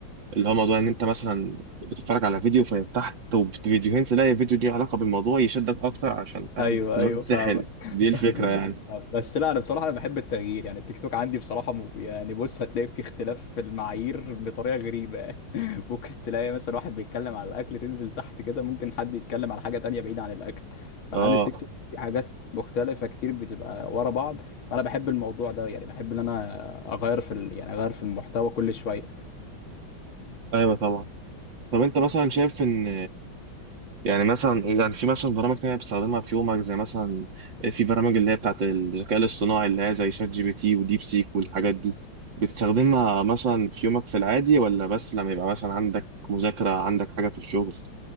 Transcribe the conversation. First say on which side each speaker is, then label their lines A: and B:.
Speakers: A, on the right; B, on the left.
A: اللي هو موضوع ان انت مثلا بتتفرج على فيديو فيتحت وفيديوهين تلاقي فيديو ليه علاقه بالموضوع يشدك اكتر عشان فاهم
B: ايوه
A: اللي
B: ايوه
A: هو تتسحل
B: فاهمك
A: دي الفكره
B: <laughs>
A: يعني
B: بس لا انا بصراحه انا بحب التغيير يعني التيك توك عندي بصراحه مب... يعني بص هتلاقي فيه اختلاف في المعايير بطريقه غريبه <laughs> ممكن تلاقي مثلا واحد بيتكلم على الاكل تنزل تحت كده ممكن حد يتكلم على حاجه تانية بعيده عن الاكل فانا
A: اه
B: عندي التيك توك في حاجات مختلفه كتير بتبقى ورا بعض فانا بحب الموضوع ده يعني بحب ان انا اغير في ال... يعني اغير في المحتوى كل شويه
A: ايوه طبعا طب انت مثلا شايف ان يعني مثلا يعني في مثلا برامج تانية بتستخدمها في يومك زي مثلا في برامج اللي هي بتاعت الذكاء الاصطناعي اللي هي زي شات جي بي تي وديب سيك والحاجات دي بتستخدمها مثلا في يومك في العادي ولا بس لما يبقى مثلا عندك مذاكرة عندك حاجة في الشغل